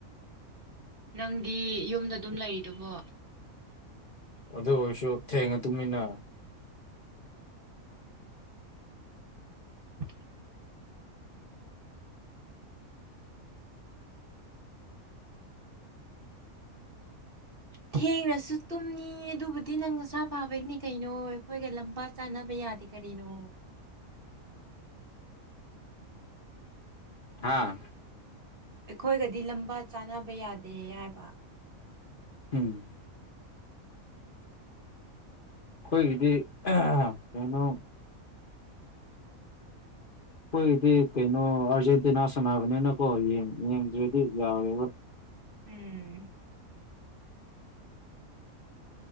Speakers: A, on the right; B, on the left.
A: ꯅꯪꯗꯤ ꯌꯨꯝꯗ ꯑꯗꯨꯝ ꯂꯩꯗꯨꯕꯣ
B: ꯑꯗꯨ ꯑꯣꯏꯔꯁꯨ ꯊꯦꯡꯅ ꯇꯨꯝꯃꯤꯅ
A: <unintelligible> ꯊꯦꯡꯅꯁꯨ ꯇꯨꯝꯅꯤ ꯑꯗꯨꯕꯨꯗꯤ ꯅꯪ ꯅꯁꯥ ꯐꯥꯕꯒꯤꯅꯤ ꯀꯩꯅꯣ ꯑꯩꯈꯣꯏꯒ ꯂꯝꯕꯥ ꯆꯥꯅꯕ ꯌꯥꯗꯦ ꯀꯔꯤꯅꯣ
B: ꯍꯥꯥ
A: ꯑꯩꯈꯣꯏꯒꯗꯤ ꯂꯝꯕꯥ ꯆꯥꯅꯕ ꯌꯥꯗꯦ ꯍꯥꯏꯕ
B: ꯎꯝ ꯑꯩꯈꯣꯏꯒꯤꯗꯤ ꯀꯩꯅꯣ ꯑꯩꯈꯣꯏꯗꯤ ꯀꯩꯅꯣ ꯑꯥꯔꯖꯦꯟꯇꯤꯅꯥ ꯁꯥꯟꯅꯕꯅꯤꯅꯀꯣ ꯌꯦꯡ ꯌꯦꯡꯗ꯭ꯔꯗꯤ ꯌꯥꯔꯣꯏꯕ
A: ꯎꯝ